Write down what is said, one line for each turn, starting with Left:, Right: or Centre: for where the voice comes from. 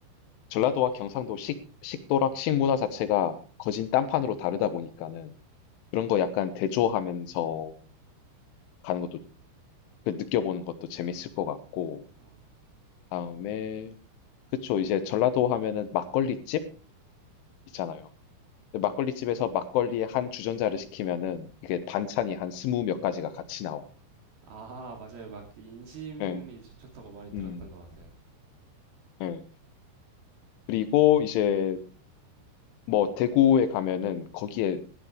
Left: 전라도와 경상도 식, 식도락, 식문화 자체가 거진 딴판으로 다르다 보니까는, 그런 거 약간 대조하면서 가는 것도, 그 느껴보는 것도 재밌을 것 같고,
Right: 아,
Left: 다음에, 그쵸, 이제 전라도 하면은 막걸리집? 있잖아요. 근데 막걸리집에서 막걸리에 한 주전자를 시키면은 이게 반찬이 한 스무 몇 가지가 같이 나와.
Right: 아, 맞아요. 막그 인심이
Left: 네.
Right: 좋- 좋다고 많이 들었던
Left: 음.
Right: 것 같아요.
Left: 네. 그리고 이제 뭐 대구에 가면은 거기에